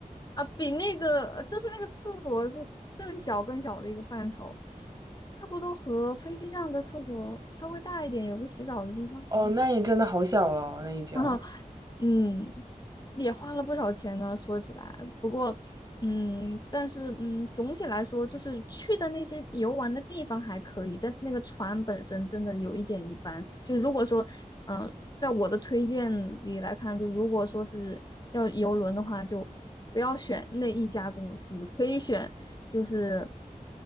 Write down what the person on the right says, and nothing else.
<laughs> 哦，那也真的好小了哦，那已经。